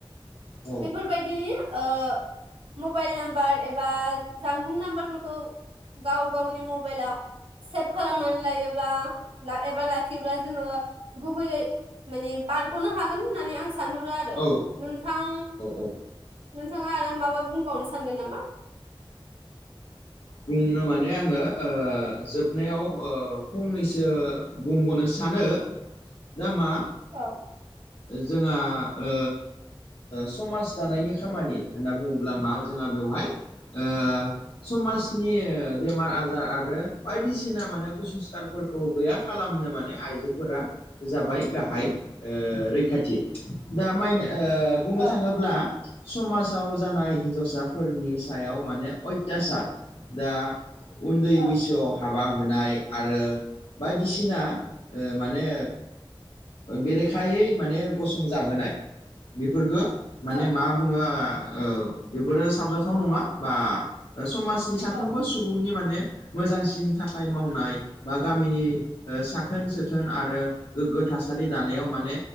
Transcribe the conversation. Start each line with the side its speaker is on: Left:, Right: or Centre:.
Left: औ
Right: बेफोरबायदिनि ओ मबाइल नाम्बार एबा जानबुं नाम्बारफोरखौ गाव गावनि मबाइलआव सेभ खालामनानै लायोब्ला एबा ला लाखियोब्ला जोङो गुबैयै माने बारग'नो हागोन होननानै आं सानहरो आरो
Left: औ
Right: नोंथां
Left: औ
Right: नोंथाङा आरो माबा बुंबावनो सानगोन नामा?
Left: बुंनो माने आङो ओ जोबनायाव फंनैसो बुंबावनो सानो दा मा
Right: औ
Left: जोंहा ओ समाज दानायनि खामानि होनना बुङोब्ला मा जोंहा बेवहाय ओ समाज नि बेमार आजार आरो बायदिसिना माने कुसंस्कारफोरखौ गैया खालामनो माने आइजोफोरा जाबाय गाहाय ओ रैखाथि दा माइ ओ- बुंनो
Right: औ
Left: थाङोब्ला समाजाव जानाय हिन्जावसाफोरनि सायाव माने अयथासार दा उन्दै बैसोआव
Right: औ
Left: हाबा होनाय आरो बायदिसिना ओ माने बेरेखायै माने गसं जाहोनाय बेफोरफोरखो।
Right: औ
Left: माने मा बुङो ओ औ बेफोरो साबजाथाव नङा बा समाज नि साफ्रोमबो
Right: औ
Left: सुबुंनि माने मोजांसिन थाखाय मावनाय बा गामिनि ओ-साखोन सोथोन आरो गोग्गो थासारि दानायाव माने